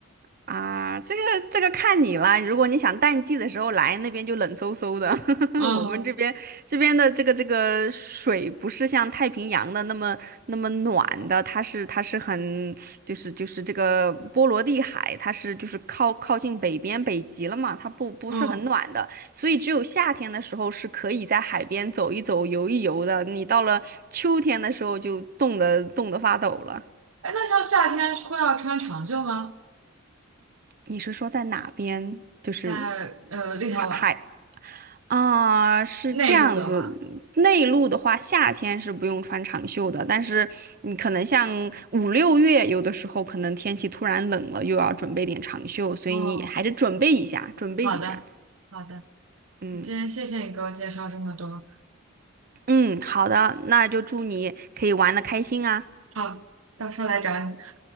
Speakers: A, on the right; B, on the right.
A: 啊，这个这个看你啦。如果你想淡季的时候来，那边就冷飕飕的。
B: <laughs> 嗯
A: <laughs> 我们这边这边的这个这个水不是像太平洋的那么那么暖的，它是它是很就是就是这个波罗的海，它是就是靠靠近北边北极了嘛，它不不是很暖的，
B: 嗯，
A: 所以只有夏天的时候是可以在海边走一走、游一游的。你到了秋天的时候就冻得冻得发抖了。
B: 哎，那像夏天会要穿长袖吗？
A: 你是说在哪边？就是
B: 在呃立陶宛
A: 海海啊，是这样子。
B: 内陆的话，
A: 内陆的话，夏天是不用穿长袖的，但是你可能像五六月，有的时候可能天气突然冷了，又要准备点长袖，所以你还是准备一下，
B: 哦，
A: 准备一下。
B: 好的好的，
A: 嗯
B: 今天谢谢你给我介绍这么多，
A: 嗯，好的，那就祝你可以玩的开心啊。
B: 好，到时候来找你。